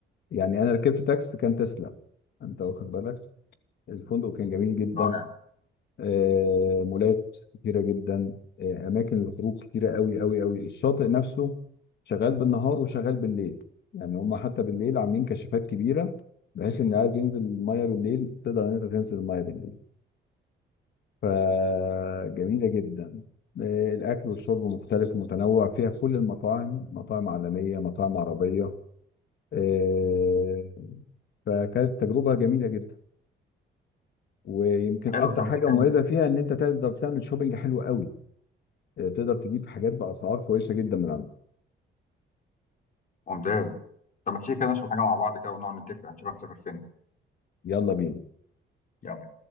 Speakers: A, on the left; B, on the left.
A: يعني انا ركبت تاكس كان تسلا انت واخد بالك الفندق كان جميل جدا
B: رائع
A: آه، مولات كتيرة جدا آه، أماكن للخروج كتيرة قوي قوي قوي الشاطئ نفسه شغال بالنهار وشغال بالليل يعني هما حتى بالليل عاملين كشافات كبيرة بحيث إن عايز ينزل المية بالليل تقدر إن أنت تنزل المية بالليل فجميلة جدا آه، الأكل والشرب مختلف ومتنوع فيها كل المطاعم مطاعم عالمية مطاعم عربية آه، فكانت تجربة جميلة جدا ويمكن
B: حلو
A: أكتر
B: طب ما
A: حاجة
B: تيجي كان
A: مميزة فيها إن أنت تقدر تعمل شوبينج حلو قوي آه، تقدر تجيب حاجات باسعار كويسه جدا من عندها
B: ممتاز طب ما تيجي كده نشرب حاجه مع بعض كده ونقعد نتفق هنشوف هنسافر فين
A: يلا بينا
B: يلا